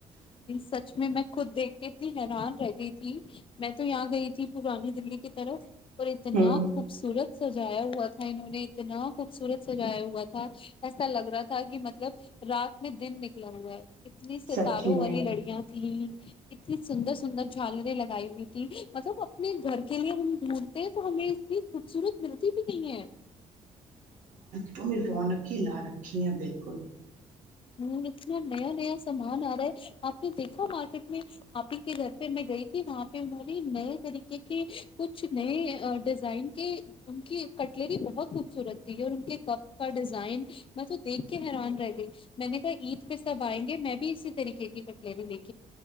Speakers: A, on the left; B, on the right.
A: سچ میں میں خود دیکھ کے اتنی حیران رہ گئی تھی میں تو یہاں گئی تھی پرانی دللی کی طرف اور اتنا
B: ہوں
A: خوبصورت سجایا ہوا تھا انہوں نے اتنا خوبصورت سجایا ہوا تھا ایسا لگ رہا تھا کہ مطلب رات میں دن نکلا ہوا ہے اتلیس سے
B: سچی
A: تال و والی
B: میں
A: لڑیاں تھیں اتنی سندر سندر جھالنے لگ گائی بھی مطلب اپنے گھر کے لیے ہم ڈھونڈتے ہیں تو ہمیں اس کی خوبصورت ملتی بھی نہیں ہے
B: تو میں رونق ہی لا رکھی ہے بالکل
A: ہ اتنا نیا نیا سامان آ رہا ہے آپ نے دیکھا مارکیٹ میں آپ ہی کے گھر پہ میں گئی تھی وہاں پہ باری نئے طریقے کے کچھ نئے ڈیزائن کے ان کی کٹلری ب بت خوبصورت تھی اور ان کے کپ کا ڈیزائن میں تو دیکھ کے حیران رہ گئی میں نے کہا عید پہ سب آئیں گے میں بھی اسی طریقے کی پٹلری ل